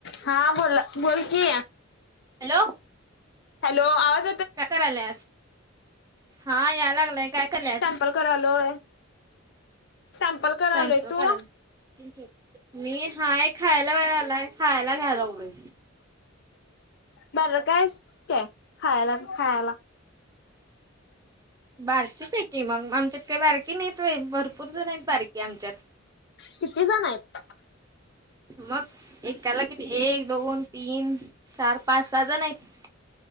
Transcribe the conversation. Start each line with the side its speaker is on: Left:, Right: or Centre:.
Left: हा बोला बोल कि
Right: हॅलो.
Left: हॅलो आवाज
Right: काय कराल्यास हा यालागलोय काय कराल्यास?
Left: सॅम्पल करालोय सॅम्पल
Right: स्वयंपाक
Left: करालोय तू.
Right: करायला <inaudible> मी हाय खायला बाहेर आलाय खायला घ्यायलागलोय.
Left: बारका आहेस काय खायला खायला.
Right: बारकीचं हाय की मग म आमच्यात काय बारकी मीच हाय भरपूर जण हैत बारकी आमच्यात.
Left: किती जण हैत?
Right: मग एकाला किती एक, दोन, तीन, चार, पाच, साहा जण हैत.